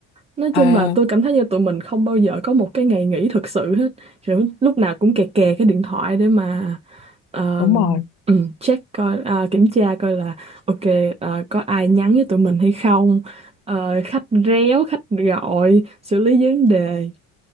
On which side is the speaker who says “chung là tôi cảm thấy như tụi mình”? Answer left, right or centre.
Right